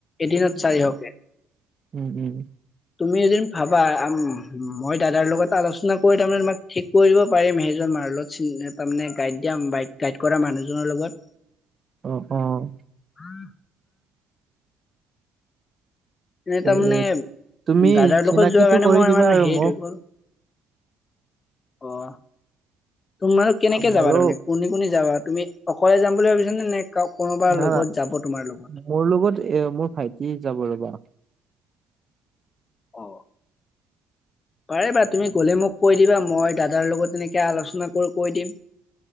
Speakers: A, on the left (about 40°); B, on the right (about 40°).
A: এদিনত চাইি হওকে।
B: উম উম।
A: তুমি এদিন ভাবা মই দাদাৰ লগত আলোচনা কৰি তাৰমানে তোমাক ঠিক কৰি দিব পাৰিম সেইজন মাৰত তাৰমানে গাইড দিয়াই গাইড কৰা মানুহজনৰ লগত।
B: অ', অ'।
A: <inaudible> এ
B: তে
A: তাৰমানে
B: তুমি
A: দাদাৰ
B: চিনাকিটো
A: লগত যোৱা কাৰণে
B: কৰি
A: মই
B: দিবা
A: ইমান
B: আৰু
A: হেৰিত
B: মোক
A: হৈ গ'ল। অ'। তোমালোক কেনেকে
B: মোৰো
A: যাবা তাৰমানে? কোনে কোনে যাবা? তুমি অকলে যাম বুলি ভাবিছা নে নে কাও কোনোবা
B: না
A: লগত যাব তোমাৰ লগত?
B: মোৰ লগত এ মোৰ ভাইটি যাব ৰ'বা।
A: অ'। পাৰে বা তুমি গ'লে মোক কৈ দিবা। মই দাদাৰ লগত এনেকে আলোচনা কৰি কৈ দিম।